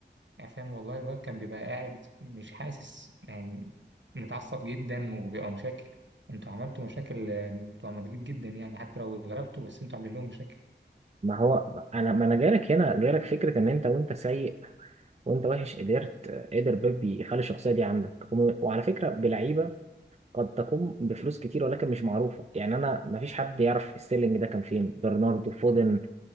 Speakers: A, on the right (about 75°); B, on the right (about 35°).
A: يعني فاهم والله الواد كان بيبقى قاعد مش حاسس يعني متعصب جدا وبيبقى مشاكل انتوا عملتوا مشاكل آه، بتوع مدريد جدا يعني حتى لو غلبتوا بس انتوا عاملين لهم مشاكل
B: ما هو ما انا ما انا جايلك هنا جايلك فكره ان انت وانت سيء وانت وحش قدرت آه، قدر بيب يخلي الشخصيه دي عندك وم- وعلى فكره بلعيبه قد تقوم بفلوس كتير ولكن مش معروفه يعني انا ما فيش حد يعرف ستيرلينج ده كان فين برناردو فودن